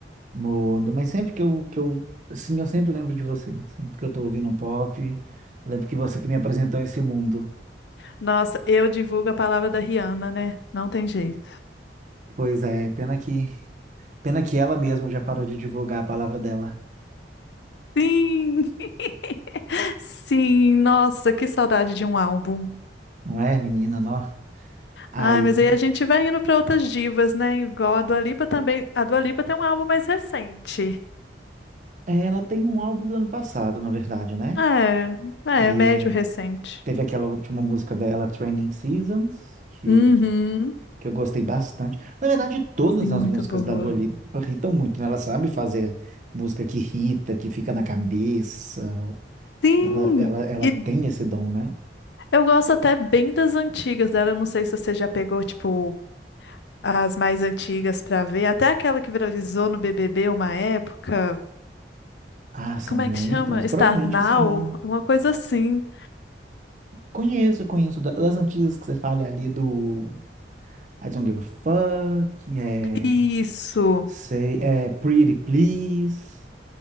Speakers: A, on the right; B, on the left.
A: no, mas sempre que eu, que eu, assim, eu sempre lembro de você. Sempre que eu tô ouvindo um pop, eu lembro que você que me apresentou esse mundo.
B: Nossa, eu divulgo a palavra da Rihanna, né? Não tem jeito.
A: Pois é, pena que, pena que ela mesma já parou de divulgar a palavra dela,
B: Sim, <laughs> sim, nossa, que saudade de um álbum.
A: não é, menina, não? Aí,
B: Ai, mas aí a gente vai indo para outras divas, né? Igual a Dua Lipa também. A Dua Lipa tem um álbum mais recente.
A: é, ela tem um álbum do ano passado, na verdade, né?
B: É,
A: Aí
B: é, médio
A: é,
B: recente.
A: teve aquela última música dela, Trending Seasons, que,
B: Uhum.
A: que eu gostei bastante. Na verdade, todas
B: Sim, muito
A: as músicas
B: boa.
A: da Dua Lipa irritam muito, né? Ela sabe fazer música que irrita, que fica na cabeça.
B: Sim,
A: Ela, ela, ela
B: e
A: tem esse dom, né?
B: Eu gosto até bem das antigas dela. Eu Não sei se você já pegou, tipo, as mais antigas pra ver. Até aquela que viralizou no BBB uma época.
A: Ah, são
B: Como
A: muitas.
B: é que chama? Start
A: Provavelmente,
B: Now?
A: assim,
B: Uma coisa assim.
A: conheço, conheço da- das antigas que você fala ali do I don't give a fuck. É,
B: Isso.
A: say, é, pretty please.